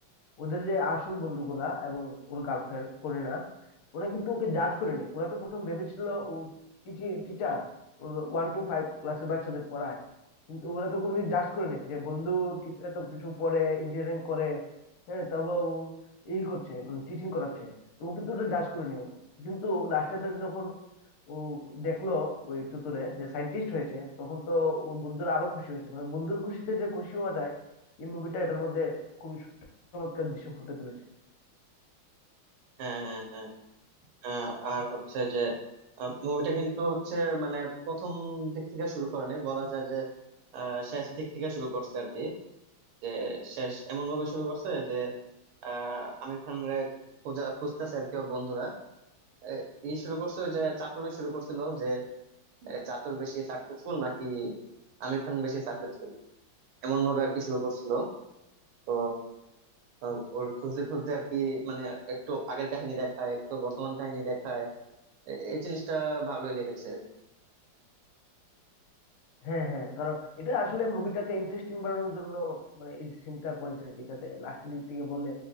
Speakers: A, on the left (about 85°); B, on the right (about 80°).
A: ওদের যে আসল বন্ধুগুলা এবং ওর গার্লফ্রেন্ড করিনা ওরা কিন্তু ওকে জাজ করেনি ওরা তো প্রথম ভেবেছিল ও টিচার ওয়ান টু ফাইভ ক্লাসের বাচ্চাদের পড়ায় কিন্তু ওরা তো কোনোদিন জাজ করেনি যে বন্ধু টি- এত কিছু পড়ে ইঞ্জিনিয়ারিং করে হ্যাঁ তারপর ও এই করছে মানে টিচিং করাচ্ছে তো ও কিন্তু ওটা জাজ করেনি কিন্তু লাস্টের দিকে যখন ও দেখলো ওই চতুরে যে সায়েন্টিস্ট হয়েছে তখন তো ও বন্ধুরা আরো খুশি হয়েছে মানে বন্ধুর খুশিতে যে খুশি হওয়া যায় এই মুভিটা এটার মধ্যে খুবই চমৎকার দৃশ্য ফুটে তুলেছে
B: হ্যাঁ হ্যাঁ হ্যাঁ আহ, আর হচ্ছে যে মুভিটা কিন্তু হচ্ছে মানে প্রথম দিক থেকে শুরু করে নাই বলা যায় যে আহ, শেষ দিক থেকে শুরু করছে আর কি যে শেষ এমন ভাবে শুরু করছে যে আহ আমির খান রে খোঁজা খুঁজতেছে আর কি ওর বন্ধুরা এ, ই শুরু করছে ওই যে চাতুরে শুরু করছিল যে এ, চাতুর বেশি সাকসেসফুল নাকি আমির খান বেশি সাকসেসফুল এমন ভাবে আর কি শুরু করছিল তো আহ, ওর খুঁজতে খুঁজতে আর কি মানে একটু আগের কাহিনী দেখায় একটু বর্তমান কাহিনী দেখায় এ- এই জিনিসটা ভালোই লেগেছে
A: হ্যাঁ হ্যাঁ কারণ এটা আসলে মুভিটাকে ইন্টারেস্টিং বানানোর জন্য মানে এই সিনটা করেছে আর কি যাতে লাস্টের দিক থেকে বললে